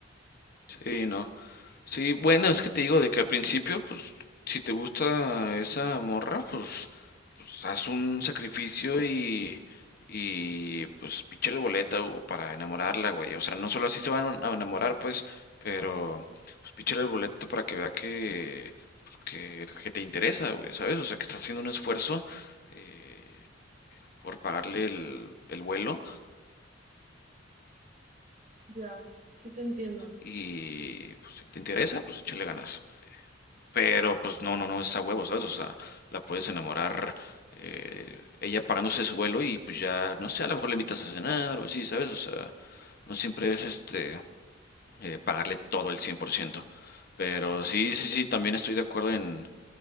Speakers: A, on the left; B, on the right.
A: sí, no. Sí, bueno, es que te digo de que al principio, pues, si te gusta esa morra, pues, pues haz un sacrificio y, y pues píchale boleta güey, para enamorarla, güey. O sea, no solo así se van a enamorar, pues, pero pues píchale el boleto para que vea que, pues, que, que te interesa, güey, ¿sabes? O sea, que estás haciendo un esfuerzo eh, por pagarle el, el vuelo
B: Ya, sí te entiendo.
A: y pues si te interesa, pues échale ganas. Pero pues no, no, no es a huevo, ¿sabes? O sea, la puedes enamorar eh, ella pagándose su vuelo y pues ya, no sé, a lo mejor le invitas a cenar o así, ¿sabes? O sea, no siempre es este eh, pagarle todo el cien por ciento Pero sí, sí, sí, también estoy de acuerdo en,